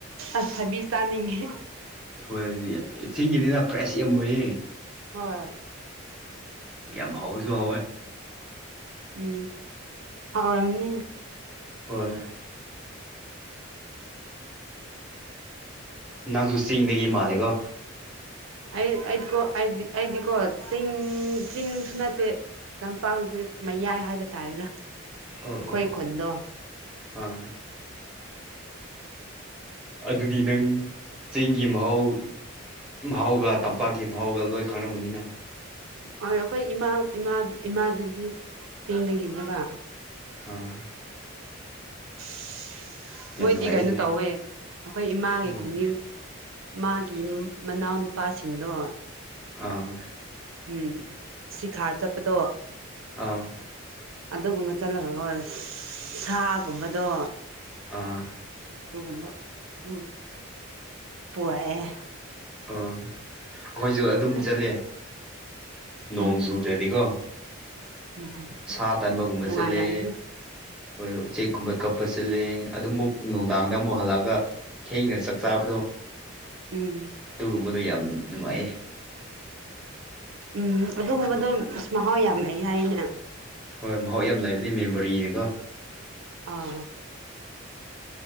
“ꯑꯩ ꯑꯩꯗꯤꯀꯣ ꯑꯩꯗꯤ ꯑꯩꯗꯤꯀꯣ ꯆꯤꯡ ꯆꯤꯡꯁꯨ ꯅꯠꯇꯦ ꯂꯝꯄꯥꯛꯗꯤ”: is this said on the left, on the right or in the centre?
Right